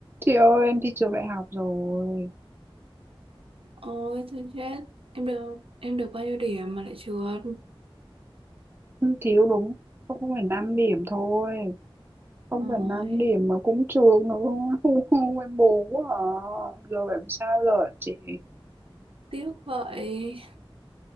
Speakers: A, on the right (about 25°); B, on the right (about 80°).
A: Chị ơi em thi trường đại học rồi
B: Ôi thôi chết Em được em được bao nhiêu điểm mà lại trượt
A: Em thiếu đúng không phẩy năm điểm thôi không
B: Ôi
A: phẩy năm điểm mà cũng trường nữa Hu hu em buồn quá à Giờ phải làm sao bây giờ hả chị
B: tiếc vậy